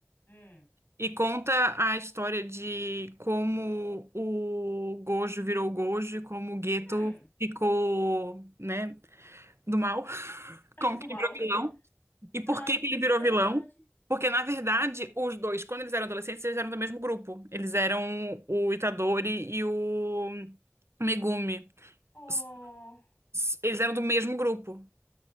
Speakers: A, on the left (about 55°); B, on the right (about 80°).
A: Hum.
B: e conta a história de como o Gojo virou o Gojo, e como o Geto
A: Hum.
B: ficou, né, do mal, <laughs>
A: <laughs>
B: como
A: Do
B: que
A: mal.
B: ele virou vilão. E por
A: Ah,
B: que
A: interessante.
B: que ele virou vilão? Porque, na verdade, os dois, quando eles eram adolescentes, eles eram do mesmo grupo. Eles eram o Itadori e o Megumi.
A: Oh,
B: S- s- Eles eram do mesmo grupo.